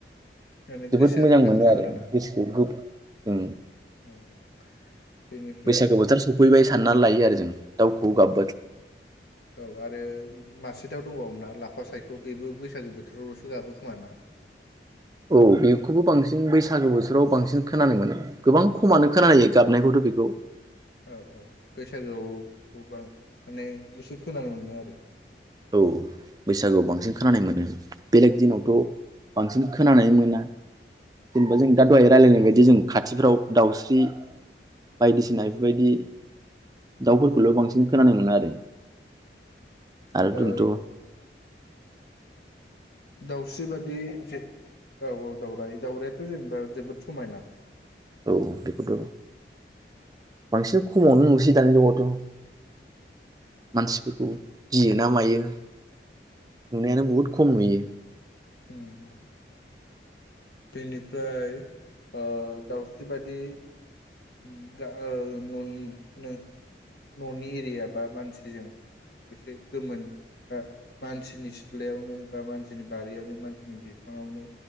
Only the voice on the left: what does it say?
माने गोसोआ
रंजाखाङो
आरोना
उम बेनिफ्राय
उ औ आरो उ मास सिटआव दंबावोमा ना लाफा सायख' बेबो बैसागु बोथोरावलसो गाबोखोमा ना?
औ औ बैसागोआव गोबां माने एसे खोनानो मोनो आरो
ओ
दाउस्रि बादि ज औ औ दावराय दाउरे थ' जेनेबा जोबोद समायना।
ओम ओ। बेनिफ्राय ओ दाउस्रि बादि उम गा-गाया नन-नो ननि एरिया बा मानसिजों एसे गोमोन बा मानसिनि सिथ्लायावनो बा मानसिनि बारियावनो मानसिनि बिफाङावनो